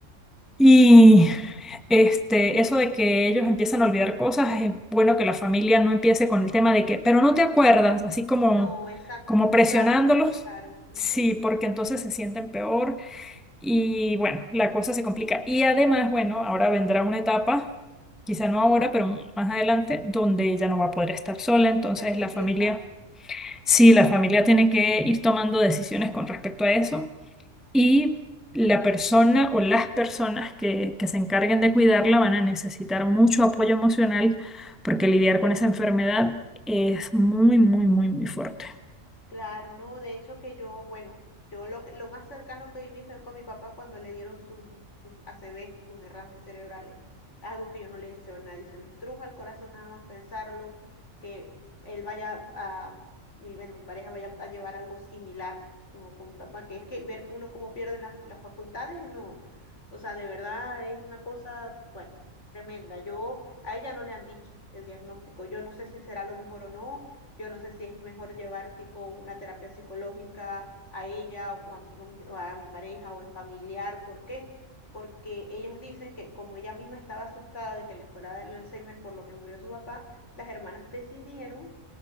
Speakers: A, in the centre; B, on the left.
A: y este, eso de que ellos empiezan a olvidar cosas, es bueno que la familia no empiece con el tema de que, pero no te acuerdas, así como,
B: no, exacto,
A: como
B: no juzgarlo,
A: presionándolos,
B: claro. ujú,
A: sí, porque entonces se sienten peor y bueno, la cosa se complica. Y además, bueno, ahora vendrá una etapa, quizá no ahora, pero más adelante, donde ella no va a poder estar sola. Entonces,
B: Hay que asistirla.
A: la familia, sí, la familia tiene que ir tomando decisiones con respecto a eso. Y la persona o las personas que, que se encarguen de cuidarla van a necesitar mucho apoyo emocional porque lidiar con esa enfermedad es muy, muy, muy, muy fuerte.
B: Claro, no, de hecho que yo, bueno, yo lo, que- lo más cercano que viví fue con mi papá cuando le dieron sus, sus A C V sus derrames cerebrales. algo que yo no le deseo a nadie, se me estruja el corazón nada más pensarlo, que él vaya a, mi, bueno, mi pareja vaya a llevar algo similar como con mi papá, que es que ver uno cómo pierden las, las facultades, eh, no, o sea, de verdad es una cosa, bueno, tremenda. Yo, a ella no le han dicho el diagnóstico, yo no sé si será lo mejor o no yo no sé si es mejor llevar tipo una terapia psicológica a ella o a, mi o a mi- o a mi pareja o en familiar. ¿Por qué? Porque ellos dicen que como ella misma estaba asustada de que le fuera a dar el Alzheimer por lo que murió su papá, las hermanas decidieron